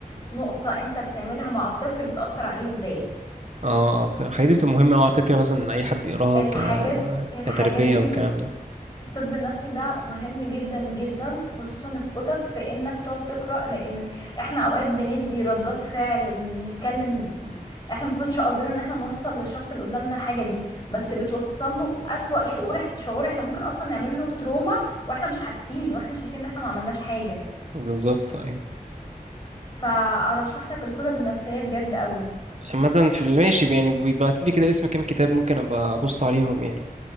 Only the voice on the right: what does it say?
اه ف- الحاجات دي بتبقى مهمة أوي على فكرة مثلا إن أي حد يقراها
ك...
كتربية
والكلام ده
بالظبط أيوة
عامة في الماشي يعني بيبعت لي كده اسم كام كتاب ممكن أبقى أبص عليهم يعني